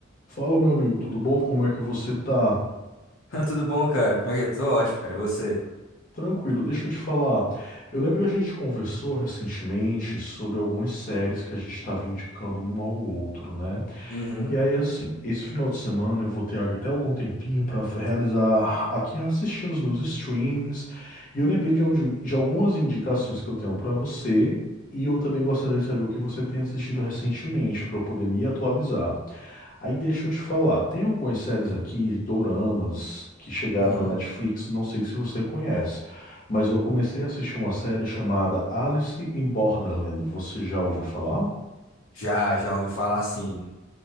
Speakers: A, on the left; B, on the left.
A: Fala, meu amigo, tudo bom? Como é que você tá?
B: <laughs> Ah, Tudo bom, cara? Como é que eu tô? Ótimo, cara. E você?
A: Tranquilo, deixa eu te falar. Eu lembro que a gente conversou recentemente sobre algumas séries que a gente estava indicando um ao outro, né?
B: Uhum,
A: E aí, assim, esse final de semana eu vou ter até algum tempinho para realizar aqui assistindo os meus streamings. E eu lembrei de, onde- de algumas indicações que eu tenho para você. E eu também gostaria de saber o que você tem assistido recentemente, para eu poder me atualizar. Aí deixa eu te falar, tem algumas séries aqui, doramas, que chegaram
B: uhum.
A: na Netflix, não sei se você conhece, mas eu comecei a assistir uma série chamada Alice in Borderland. Você já ouviu falar?
B: Já, já ouvi falar sim.